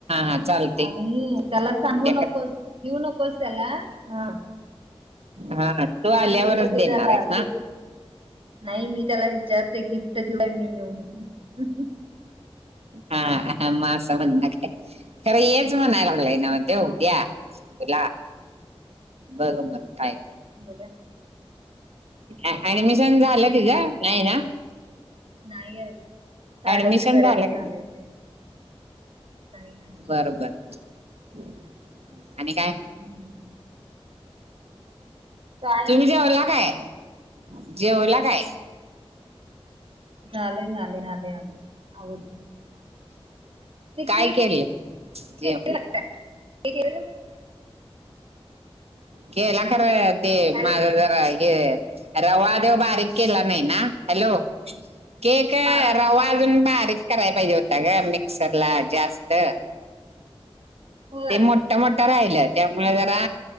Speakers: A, on the right; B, on the right.
A: हा चालते की
B: आणि त्याला सांगू
A: उद्या
B: नकोस.
A: कर
B: देऊ नकोस. त्याला हां.
A: हां ना तो आल्यावरच
B: विचारते
A: देणारेस
B: त्याला
A: ना?
B: गिफ्ट नाही मी त्याला विचारते गिफ्ट दिलाय मी येऊ म्हणून.
A: हा हां म आसं म्हण ना काय खरं येच म्हणाय लागलंय. ना य
B: हा.
A: त उद्या उद्या बघ मग काय?
B: बगूया.
A: ऍ ऍडमिशन झालं तिझं. नाई ना?
B: नाई अजून साड्याच्या
A: ऍडमिशन
B: घड्या
A: झालं
B: पण
A: का
B: घालायच्यायत. नाई.
A: बरं बरं आणि काय?
B: हम्म. काय
A: तुम्ही
B: नाही
A: जेवला काय? जेवला काय?
B: झालंय झालंय झालंय आमचं आवरलं. ते
A: काय
B: केक
A: केलं
B: <unintelligible>
A: जेवण केला खरं ते
B: हॅलो
A: माझ जरा हे रवा तेव बारीक केला नाही ना हॅलो केक
B: हां.
A: रवा अजून बारीक कराय पाहिजे होता ग मिक्सर ला जास्त.
B: होय
A: ते मोट्टा मोट्टा राहिलय त्यामुळं जरा